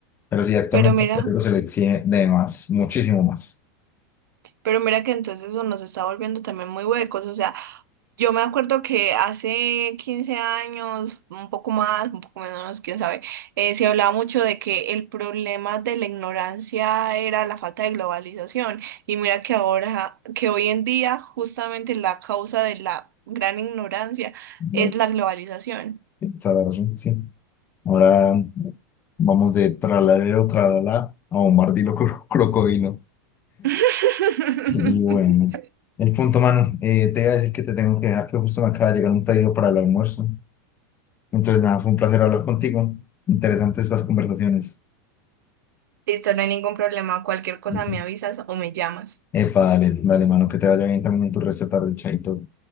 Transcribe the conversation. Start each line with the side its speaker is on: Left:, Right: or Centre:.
Left: pero sí, actualmente
Right: Pero mira.
Left: al cerebro se le exige de más, muchísimo más.
Right: Pero mira que entonces eso nos está volviendo también muy huecos. O sea, yo me acuerdo que hace 15 años, un poco más, un poco menos, quién sabe, eh, se hablaba mucho de que el problema de la ignorancia era la falta de globalización. Y mira que ahora, que hoy en día, justamente la causa de la gran ignorancia
Left: No,
Right: es la globalización.
Left: Está la razón, sí. Ahora vamos de tralalero, tralala a bombardilo cro- crocodilo.
Right: <laughs>
Left: Y bueno, el punto, mano, eh, te iba a decir que te tengo que dejar, pero justo me acaba de llegar un pedido para el almuerzo. Entonces, nada, fue un placer hablar contigo. Interesantes estas conversaciones.
Right: Listo, no hay ningún problema. Cualquier cosa
Left: Ujú.
Right: me avisas o me llamas.
Left: Epa, dale, dale, mano, que te vaya bien también en tu resto de tarde, chaito.